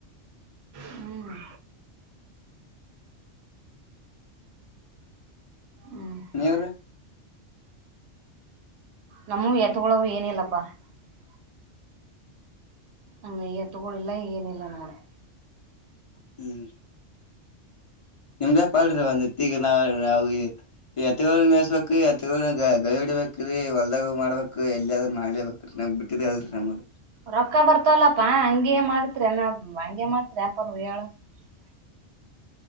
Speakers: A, on the right; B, on the left.
A: ಹ್ಮ್ ಹ್ಮ್ ಹ್ಮ್
B: ನೀವರು <unintelligible>
A: ನಮ್ಮ ಎತ್ಗೊಳ ಏನ ಇಲ್ಲಪ್ಪಾ <unintelligible> ಹ ಈಗ ತಗಳಿಲ್ಲ ಈ ಏನಿಲ್ಲ ನಾ <unintelligible>
B: ಹ <unintelligible> ನಿಮ್ದ ಪಾಡ್ರಿ ಒಂದತ್ತಗ ನಾವ ನ ಎತ್ತೋ ಮೇಸ್ಬೇಕು ಎತ್ತ ಗ <unintelligible> ಬೇಕ್ರೀ ಹೊಲ್ದಾಗ ಮಾಡ್ಬೇಕು ಎಲ್ಲಿದ್ ಮಾಡಳಲೆ ಬೇಕ್ರ ನ್ ಬಿಟ್ಟಿದ್ರ ಅಲ್ರಿ ನಮಗೆ <unintelligible>
A: ರೊಕ್ಕ ಬರ್ತವಲ್ಲಪ್ಪಾ ಹಂಗಗೆ ಮಾಡ್ತ್ರಿ ನ ಹಂಗಗೆ ಮಾಡ್ತ್ರಿ ಅಪ ಹೇಳ <unintelligible>